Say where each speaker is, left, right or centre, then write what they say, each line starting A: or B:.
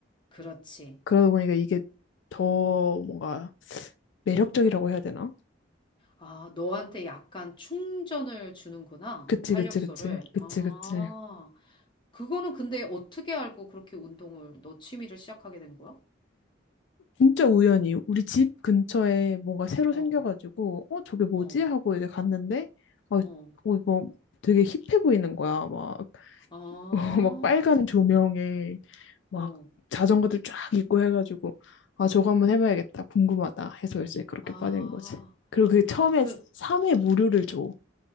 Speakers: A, on the left; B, on the left.
A: 그렇지.
B: 그러다 보니까 이게 더 뭔가 매력적이라고 해야 되나?
A: 아, 너한테 약간 충전을 주는구나.
B: 그치,
A: 활력소를.
B: 그치, 그치. 그치,
A: 아,
B: 그치.
A: 그거는 근데 어떻게 알고 그렇게 운동을, 너 취미를 시작하게 된 거야?
B: 진짜 우연히 우리 집 근처에 뭔가 새로
A: 어,
B: 생겨가지고, 어, 저게 뭐지?
A: 어,
B: 하고 이제 갔는데, 어, 어,
A: 어.
B: 뭐 되게 힙해 보이는 거야. 막, <laughs>
A: 아,
B: 어, 막 빨간 조명에 막
A: 어,
B: 자전거들 쫙 있고 해가지고, 아, 저거 한번 해봐야겠다. 궁금하다. 해서 이제 그렇게
A: 아,
B: 빠진 거지. 그리고 그게
A: 아,
B: 처음에
A: 그,
B: 3회 무료를 줘.